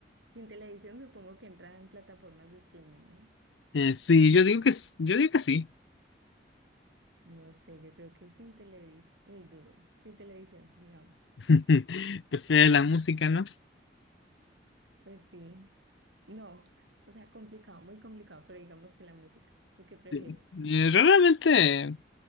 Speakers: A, on the right; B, on the left.
A: Sin televisión supongo que entrarán plataformas de streaming, ¿no?
B: Eh, sí, yo digo que, s- yo digo que sí.
A: No sé, yo creo que sin televisión, muy duro, sin televisión, digamos.
B: <laughs> Prefiero la música, ¿no?
A: Pues sí, no, o sea, complicado, muy complicado, pero digamos que la música. ¿Tú qué prefieres?
B: Sí. Eh, Realmente.